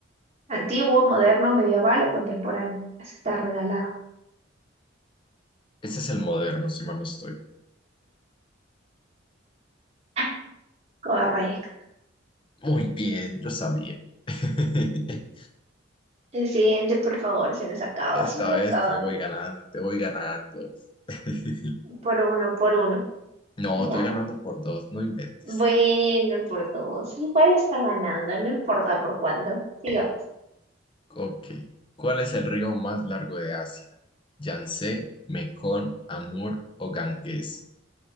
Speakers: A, on the right (about 35°); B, on the left (about 25°).
A: ¿Antiguo, moderno, medieval o contemporáneo? Eso está regalado.
B: Ese es el moderno, si mal no estoy.
A: <laughs> Correcto.
B: Muy bien, yo sabía. <laughs>
A: El siguiente, por favor, se nos acaba,
B: Esta
A: se nos acaba.
B: vez te voy ganando, te voy ganando. <laughs>
A: Por uno, por uno,
B: No,
A: digamos.
B: estoy ganando por dos, no inventes.
A: Bueno, por dos. Igual está ganando, no importa por cuánto. Digamos.
B: Ok. ¿Cuál es el río más largo de Asia? Yangtze, Mekong, Amur o Ganges.